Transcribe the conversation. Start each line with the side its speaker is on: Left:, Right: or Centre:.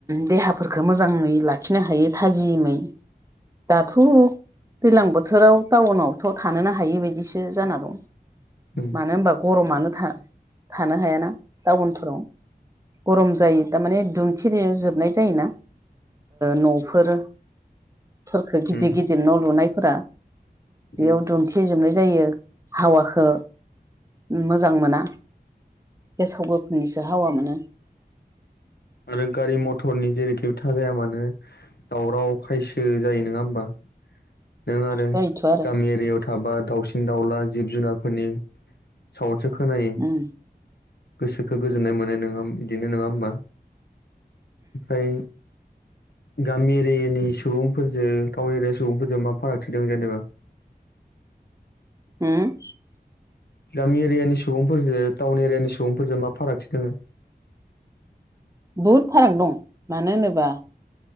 Right: देहाफोरखौ मोजाङै लाखिनो हायो थाजिमै दाथ' दैज्लां बोथोराव टाउनावथ' थानोनो हायि बदिसो जाना दं
Left: उम
Right: मानो होनबा गरमानो था थानो हायाना टाउनफोराव गरम जायो। थारमाने दुमथे जोबनाय जायोना न'फोर फोरखो गिदिर
Left: उम
Right: गिदिर न' लुनायफोरा बेयाव
Left: उम
Right: दुमन्थेजोबनाय जायो। हावाखौ मोजां मोना गेसावबो निसो हावा मोनो।
Left: आरो गारि मथरनि जेरैखिबो थाबाया मानो दावराव खायसो जायो नङा होमबा? नों आरो
Right: जायोथ' आरो
Left: गामि एरियायाव थाबा दाउसिन दाउला जिब जुनारफोरनि साउनसो खोनायो
Right: उम
Left: गोसोखौ गोजोननाय मोनो नङा बिदिनो नङा होमबा? ओमफ्राय गामि एरियानि सुबुंफोरजों टाउन एरिया सुबुंफोरजों मा फारागथिदों जेनेबा
Right: होम
Left: गामि एरियानि सुबुंफोरजों टाउन एरियानि सुबुंफोरजों मा फारागथि दङो?
Right: बहुद फाराग दं मानो होनोबा